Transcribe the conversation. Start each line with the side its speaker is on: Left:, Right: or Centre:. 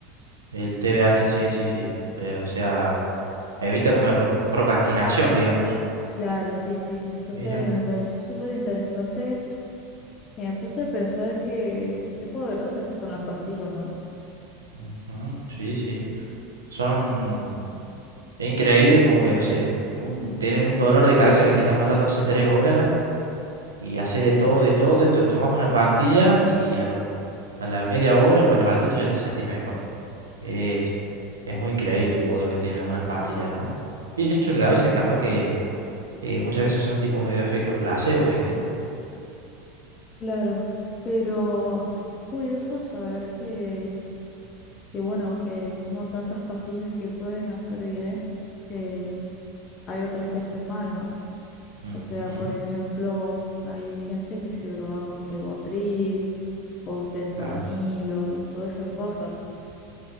Right: El TDAH, sí, sí, sí. Eh, o sea, evita como la pro- procrastinación, digamos.
Left: Claro, sí, sí. Entonces
Right: Mira.
Left: me pareció súper interesante y me puse a pensar que qué poderosas que son las pastillas, ¿no?
Right: Ujú, Sí, sí. Son... Es increíble como que, no sé, un- tenés un dolor de cabeza que te está matando hace tres horas y haces de todo, de todo, y te tomás una pastilla y a lo, a la media hora o al ratito ya te sentís mejor. Es, es muy increíble el poder que tienen algunas pastillas, ¿no? Y eso que a veces capaz que eh, muchas veces son tipo medio efectos placebo, ¿viste?
Left: Claro, pero es curioso saber que, que bueno, que como tantas pastillas que pueden hacer bien, eh, hay otras que hacen mal, ¿no?
Right: Ujú,
Left: O sea, por ejemplo, hay gente que se droga con ribotril o fentanilo
Right: Claro,
Left: y todas esas cosas.